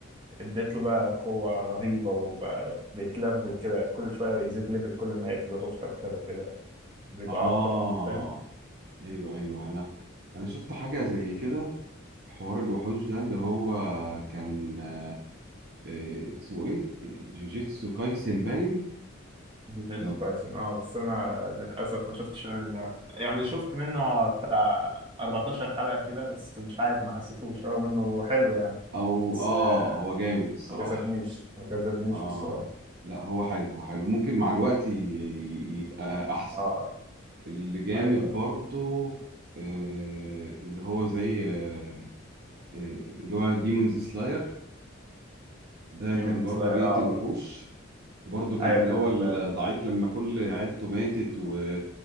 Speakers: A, on the right; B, on the right.
A: اديت له بقى قوه رهيبه وبقى بيتلفل كده كل شويه يزيد ليفل كل ما يقتل وحوش اكتر وكده بيبقى
B: اه
A: اقوى فاهم
B: ايوه ايوه انا انا شفت حاجة زي كده حوار الوحوش ده اللي هو كان آه، آه، اسمه ايه جوجيتسو كايسن باين
A: جوجيتسو
B: ده-
A: تايسون اه بس انا للاسف ما شفتش الانمي ده يعني شفت منه بتاع 14 حلقه كده بس مش عارف ما حسيتوش رغم انه حلو يعني
B: او
A: بس
B: اه
A: آه،
B: هو جامد الصراحة
A: ما جذبنيش ما جذبنيش
B: اه
A: بالصراحه
B: لا هو حلو هو حلو ممكن مع الوقت ي- يبقى احسن
A: اه
B: اللي جامد
A: ايوه ايوه
B: برضو آه، اللي هو زي آه، آه، اللي هو ديمونز سلاير ده
A: ديمون
B: كان برضو
A: سلاير
B: بيقتل
A: اه
B: وحوش وبرضه كان
A: ايوه
B: في الأول
A: كان ده
B: ضعيف لما كل عيلته ماتت و...